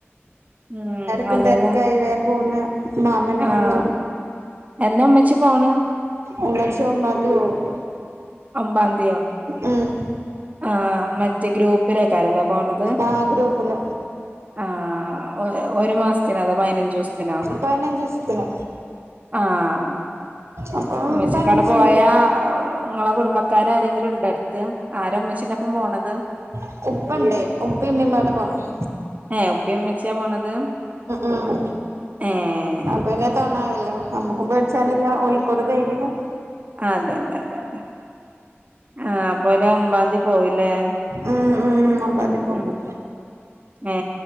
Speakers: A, on the right; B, on the right.
A: ഉം
B: ക്കും
A: അല്ലേലും
B: തിരക്കായി വേ പോന്ന് മാമന്
A: ആഹ്
B: വന്നു
A: എന്നാ ഉമ്മച്ചി പോണ്
B: ഉമ്മച്ചി ഒമ്പത്തിയതി പോവും
A: ഒമ്ബന്തിയോ
B: ഉം
A: ആഹ് മറ്റേ ഗ്രൂപ്പിലേക്കാരല്ലേ പോണത്
B: ആ ഗ്രൂപ്പില്
A: ആഹ് ഒരു മാസത്തിനോ അതോ പതിനഞ്ചൂസത്തിനോ
B: പതിനഞ്ച് ദിവസത്തിന്
A: ആഹ്
B: അപ്പൊ
A: ഇമ്മച്ചിക്കാവടെ
B: പതിനഞ്ച്
A: പോയാ കുടുംബക്കാരാരേങ്കിലും ഇണ്ടോ അടുത്ത് ആര ഇമ്മച്ചിന്റൊപ്പം പോണത്.
B: <unintelligible> ഉപ്പിം ഇമ്മിയുംമാട പോണത്‌
A: ഏ ഉപ്പിം ഉമ്മച്ചിയുയാ പോണത്
B: ആഹ്
A: ഏഹ്
B: അപ്പൊ പിന്നെ തോണായല്ലോ നമ്മുക്കും പേടിച്ചാനില്ല ഓല് കുറച്ചു കഴിഞ്ഞിട്ട് തിന്നും
A: ആഹ് അതെ അതെ അതെ അതെ ആഹ അപ്പോ ഓല് ഒമ്പാംതി പോവുല്ലേ
B: ഉം ഉം ഒമ്പാം തീയതി പോകും
A: ഉം ഏഹ്